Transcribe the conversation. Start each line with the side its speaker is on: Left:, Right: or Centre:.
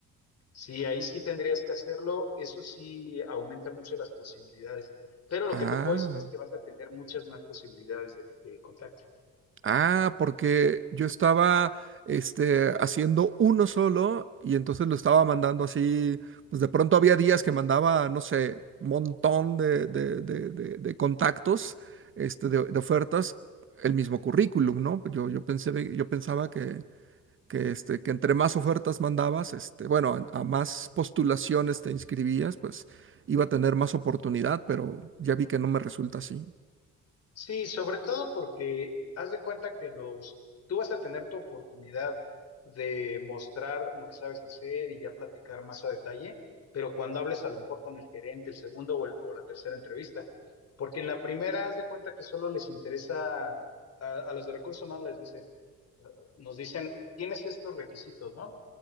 Left: Sí, ahí sí tendrías que hacerlo, eso sí aumenta mucho las posibilidades, pero lo
Right: Ah.
Left: que te puedo decir es que vas a tener muchas más posibilidades de que te contacten.
Right: Ah, porque yo estaba este, haciendo uno solo y entonces lo estaba mandando así, pues de pronto había días que mandaba, no sé, un montón de, de- de- de- de contactos, este, de, de ofertas, el mismo currículum, ¿no? Yo, yo pensé, yo pensaba que, que, este, que entre más ofertas mandabas, este, bueno, a, a más postulaciones te inscribías, pues iba a tener más oportunidad, pero ya vi que no me resulta así.
Left: Sí, sobre todo porque haz de cuenta que los, tú vas a tener tu oportunidad de mostrar lo que sabes hacer y ya platicar más a detalle, pero cuando hables a lo mejor con el gerente, el segundo o, el- o la tercera entrevista, porque en la primera haz de cuenta que solo les interesa a, a los de recursos humanos les dicen, eh, nos dicen, tienes estos requisitos, ¿no?